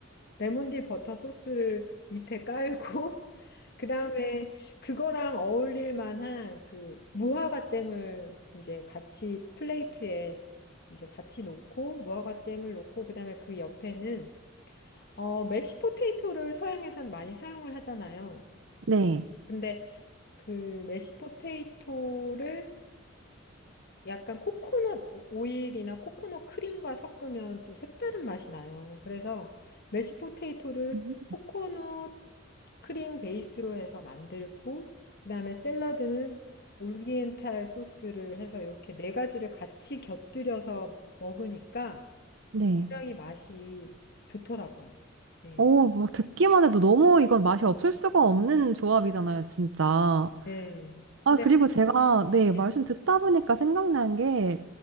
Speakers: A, on the left; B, on the right.
A: 레몬딜 버터 소스를 밑에 깔고 <laughs> 그다음에 그거랑 어울릴 만한 그 무화과 잼을 이제 같이 플레이트에 이제 같이 놓고 무화과 잼을 놓고 그다음에 그 옆에는 어 메시 포테이토를 서양에선 많이 사용을 하잖아요.
B: 네.
A: 근데 그 메시 포테이토를 약간 코코넛 오일이나 코코넛 크림과 섞으면 또 색다른 맛이 나요. 그래서 메시 포테이토를
B: 음.
A: 코코넛 크림 베이스로 해서 만들고 그다음에 샐러드는 오리엔탈 소스를 해서 이렇게 네 가지를 같이 곁들여서 먹으니까
B: 네.
A: 굉장히 맛이 좋더라고요. 네.
B: 오, 막 듣기만 해도 너무 이건 맛이 없을 수가 없는 조합이잖아요, 진짜.
A: 네.
B: 아,
A: 근데
B: 그리고 제가, 네,
A: 네.
B: 말씀 듣다 보니까 생각난 게